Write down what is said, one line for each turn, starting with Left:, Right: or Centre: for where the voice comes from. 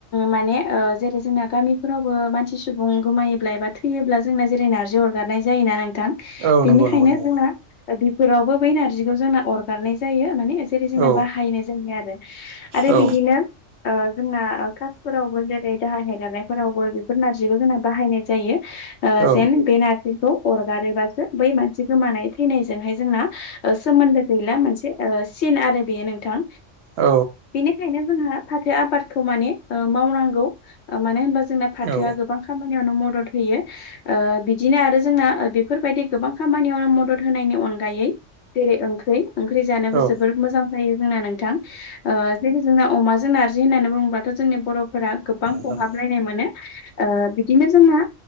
Left: माने जेरै जोंना गामिफोरावबो मानसि सुबुं गोमायोब्ला एबा थैयोब्ला जोंना जेरै नारजि अ। जानाय जायोना नोंथां। बेनिखायनो
Right: औ नंगौ नंगौ नंगौ
Left: जोंना बिफोरावबो बै नारजिखौ जोंना अरगारनाय जायो माने। जेरै जोंना
Right: औ
Left: बाहायनाय जोंनाय आरो आरो
Right: औ
Left: बिदिनो। ओ जोंना क्लासफोरावबो जेरै दाहाय लानायफोरावबो बेफोर नारजिखै बाहायनाय जायो।
Right: औ
Left: जेन बे नारजिखौ अरगारोबासो बै मानसि गोमानाय थैनायजोंहाय जोंना। सोमोन्दो गैला मोनसे सिन आरो बेयो नोंथां
Right: औ
Left: बेनि। बेखायनो जोंहा फाथो आबादखौ माने मावनांगौ मानो होनबा जोंना फाथोआ
Right: औ
Left: गोबां। खामानियावनो मदद होयो बिदिनो आरो जोंना बेफोरबायदि गोबां खामानियावनो मदद। होनायनि अनगायै जेरै ओंख्रि ओंख्रि जानोबो
Right: औ
Left: जबोद मोजां जायो जोंना नोंथां। ओ जेरै जोंना अमाजों नारजि होननानै बुङोबाथ' जोंनि बर'फोरा गोबां खहाबलायनाय
Right: नोंथां
Left: मोनो। ओ बिदिनो जोंना